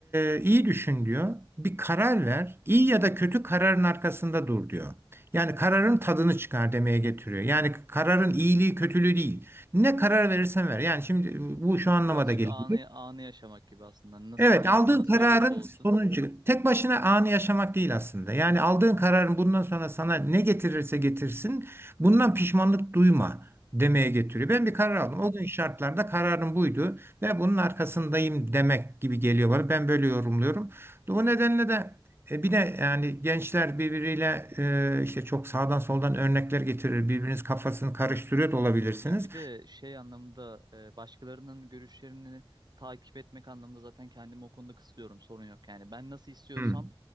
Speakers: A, on the right; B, on the right.
A: e, iyi düşün diyor. Bir karar ver. İyi ya da kötü kararın arkasında dur diyor. Yani kararın tadını çıkar demeye getiriyor. Yani kararın iyiliği kötülüğü değil. Ne karar verirsen ver. Yani şimdi bu şu anlamada
B: Birazcık
A: geliyor.
B: anı anı yaşamak gibi aslında. Nasıl
A: Evet,
B: hayatın
A: aldığın
B: nasıl
A: kararın
B: olursa olsun.
A: sonucu tek başına anı yaşamak değil aslında. Yani aldığın kararın bundan sonra sana ne getirirse getirsin, bundan pişmanlık duyma demeye getiriyor. Ben bir
B: Anladım.
A: karar aldım. O gün şartlarda kararım buydu ve bunun arkasındayım demek gibi geliyor bana. Ben böyle yorumluyorum. O nedenle de e, bir de yani gençler birbiriyle e, işte çok sağdan soldan örnekler getirir. Birbiriniz kafasını karıştırıyor da olabilirsiniz.
B: Ya bir de şey anlamında e, başkalarının görüşlerini takip etmek anlamında zaten kendimi o konuda kısıtlıyorum. Sorun yok. Yani ben nasıl istiyorsam
A: Hmm,